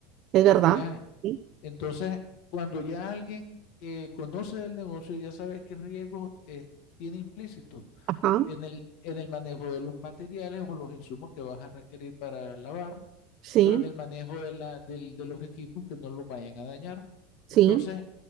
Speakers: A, on the right; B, on the left.
A: es verdad.
B: Ya,
A: Sí,
B: entonces, cuando ya alguien eh, conoce del negocio y ya sabe qué riesgos eh, tiene implícitos
A: ajá,
B: en el, en el manejo de los materiales o los insumos que vas a requerir para lavar
A: sí,
B: o en el manejo de, la, del- de los equipos que no los vayan a dañar.
A: sí,
B: Entonces,